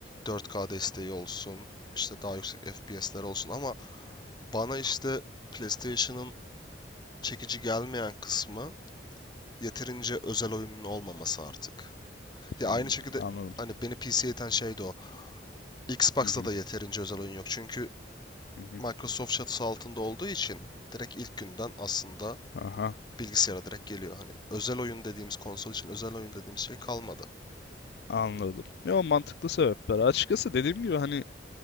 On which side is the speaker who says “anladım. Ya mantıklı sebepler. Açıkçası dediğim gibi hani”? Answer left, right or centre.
Left